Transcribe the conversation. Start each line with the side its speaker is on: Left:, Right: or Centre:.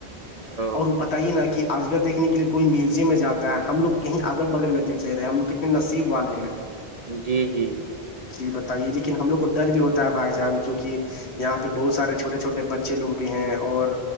Right: او
Left: اور ب تی نا کہ آج گل دیکنے کے لیے کوئی میوزیم میں جاتا ہے ہم لوگ کہیں اگل بگل میں دھ لے رہے ہم لگ نصیب والے ہیں
Right: جی جی
Left: جی بتائیے لیکن ہم لوگ کو ڈر بھی ہوتا ہے بھائی جان کیونکہ یہاں پہ بہت سارے چھوٹے چھوٹے بچے لوگ بھی ہیں اور